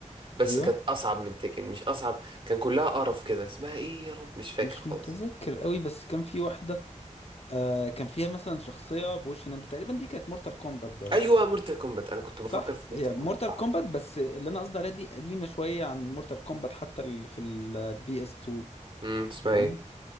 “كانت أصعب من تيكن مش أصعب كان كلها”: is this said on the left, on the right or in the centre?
Right